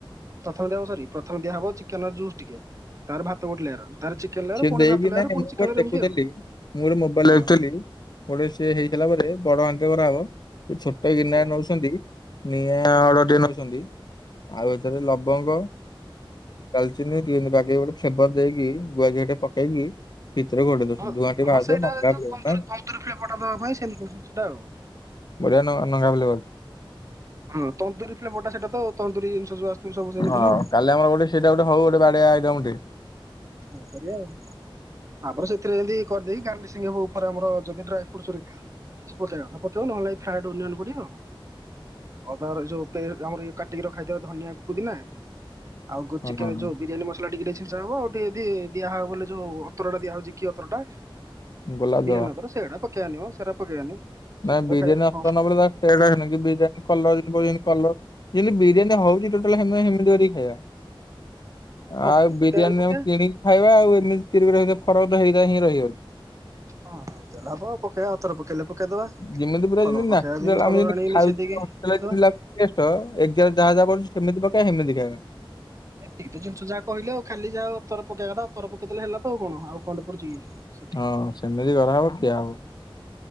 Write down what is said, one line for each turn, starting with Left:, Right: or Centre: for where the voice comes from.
Right: ପ୍ରଥମେ ଦିଆହବ ସରି ପ୍ରଥମେ ଦିଆ ହବ ଚିକେନ୍‌ ର ଜୁସ୍ ଟିକେ, ତାର ଭାତ ଗୋଟେ ଲେୟାର ତ ପରେ ଚିକେନ୍‌ ଲେୟାର। ପୁଣି
Left: ଦେଇକିନାଁ
Right: ଭାତ ଲେୟାର ପୁଣି
Left: ମୁଁ
Right: ଚିକେନ
Left: ଗୋଟେ
Right: ଲେୟାର
Left: <unintelligible> ଦେଖୁଥିଲି
Right: ଏମିତି ଆଉ।
Left: ମୁଁ ଗୋଟେ ମୋବାଇଲ୍‌
Right: ହଁ।
Left: ଦେଖୁଥିଲି। ଗୋଟେ ସି ହେଇଥିଲା ପରେ ବଡ଼ ହଣ୍ଟ କରାହବ ସେ ଛୋଟ ଗିନାର
Right: ହଁ
Left: ନଉଛନ୍ତି ନିଆଁ ଅର୍ଡର ଟେ ନଉଛନ୍ତି। ଆଉ ଏଥିରେ ଲବଙ୍ଗ, ଡାଲଚିନି କିମିତି ବାଗେଇକି <unintelligible> ଚ୍ଛେପ ଦେଇକି ଗୁଆ ଘିଅ ଟେ ପକେଇକି। ଭିତରେ <unintelligible>
Right: ହଁ
Left: ଟିକେ
Right: ହଁ
Left: ବାହାରୁଥିବ
Right: ସେଇଟା
Left: ନଙ୍ଗା
Right: ଯୋଉ
Left: ଫ୍ଲେଭର
Right: ତୁନ୍ଦୁରୀ
Left: ନାଇଁ
Right: ତନ୍ଦୁରୀ ଫ୍ଲେବରଟା ଦେବା ପାଇଁ ସେ କରୁଛନ୍ତି ସେଇଟା ଆଉ।
Left: ବଢ଼ିଆ ନ ନଙ୍ଘା <unintelligible>
Right: ହଁ ତନ୍ଦୁୁରୀ ଫ୍ଲେବର୍ ଟା ସେଟା ତାଉ ତନ୍ଦୁରୀ ଜିନିଷ ଯୁ ଆସୁଚି ସବୁ ସେମତି
Left: ହଁ
Right: ନୁହଁ।
Left: କାଲି ଆମର ଗୋଟେ ସେଇଟା ଗୋଟେ ହଉ ଗୋଟେ ବାଡିଆ ଆଇଟମ୍ ଟେ।
Right: ହଁ କରିବା ଆଉ। ଆ ପରେ ସେଥିରେ ଏମିତି କରିଦେଇି ଗାର୍ଲିିସିଙ୍ଗ ହବ ଉପରେ ଆମର ଯଦି ଡ୍ରାଇ ଫ୍ରୁଟ। ପକେଇବା ପକେଇବ ନହେଲେ ନାଇ ଫ୍ରାଏଡ ଅନିଅନ ପଡିିବ ଆଉ। ଅଦାର ଯୋଉ ପେ ଆମର ଇଏ କାଟିକି ରଖାଇଥିବା ଧନିଆ, ପୁଦିନା। ଆଉ <unintelligible>
Left: ହଁ
Right: ଚିକେନ୍ ରେ
Left: ହଁ
Right: ଯୋଉ ବିରିୟାନୀ ମସଲା ଟିକେ ଟିକେ ଛିଞ୍ଚା ହ ହେବ ଆଉ। ଦିଆ ହେବ ବୋଲେ ଯୋଉ ଅତରଟା ଦିଆ ହଉଚି କିି ଅତର ଟା
Left: ଗୋଲାପ
Right: ବିରିଆନୀ
Left: ଜଳ
Right: ଅତର ସେଇଟା ପକେ ପକେଇବାନି ମ ସେରା ପକେଇବାନି। ସେଠି
Left: ନାଇଁ
Right: ତ
Left: ବିରିୟାନୀ
Right: ଖାଇବା
Left: ଆସୁ
Right: ହଁ
Left: <unintelligible> ବିରିୟାନୀ କଲର ଯୋଉ ପଡ଼ିବନି କଲର <unintelligible> ଯେମିତି ବିରିୟାନୀ ଟା ହଉଛି ଟୋଟାଲ ଆମେ ହେମିତି <unintelligible> କରିକି ଖାଇବା।
Right: ହଉ
Left: ଆଉ
Right: ତାହେଲେ ପକେଇବା
Left: ବିରିୟାନୀ
Right: ହେଲେ ପକେଇବା।
Left: ଆମେ କିଣିକି ଖାଇବା ଆଉ ଏମିତି ତିରି ର ଫରକ ତ ହେଇଥା ହିଁ ରହିଯାଉଛି।
Right: ହଁ ଆପଣ ପକେଇବା ଆଉ ଥରେ ପକେଇଲେ ପକେଇଦବା,
Left: ଯେମିତି ପୁରା
Right: କଲର
Left: ଯେମିତି
Right: ପକେଇବା
Left: ନ୍ୟାଚୁରାଲ ଆମେ
Right: କଲର
Left: ଯେମିତି
Right: ଆଣିକି
Left: ଖାଉଛେ
Right: ମିଶେଇଦେଇକି
Left: ହୋଟେଲରେ
Right: ପକେଇଦବା।
Left: <unintelligible> ଯାହା ଯାହା ପଡୁଛି ସେମିତି ପକେଇବା ହେମିତି ଖାଇବା।
Right: ଏତିକି ତ ଜିନିଷ ଯାହା କହିଲେ ଆଉ ଖାଲି ଯାହା ଅତର ପକେଇବା କଥା ଅତର ପକେଇ ଦେଲେ ହେଲା ତ ଆଉ କଣ ଆଉ କଣଟେ ପଡୁଛି କି? ସେତିକି।
Left: ହଁ ସେମିତି କରାହବ ଖିଆ ହବ,